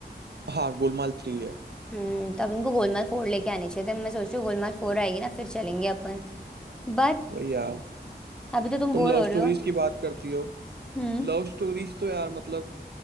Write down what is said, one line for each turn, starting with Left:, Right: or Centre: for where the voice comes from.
Right: हाँ गोलमाल थ्री है
Centre: हम्म तब इनको गोलमाल फोर लेके आने चाहिए थे मैं सोच रही हूँ गोलमाल फोर आएगी ना फिर चलेंगे अपन बट
Right: वही यार
Centre: अभी तो तुम
Right: तुम
Centre: बोर
Right: लव
Centre: हो
Right: स्टोरीज
Centre: रहे हो
Right: की बात करती हो
Centre: हम्म
Right: लव स्टोरीज तो यार मतलब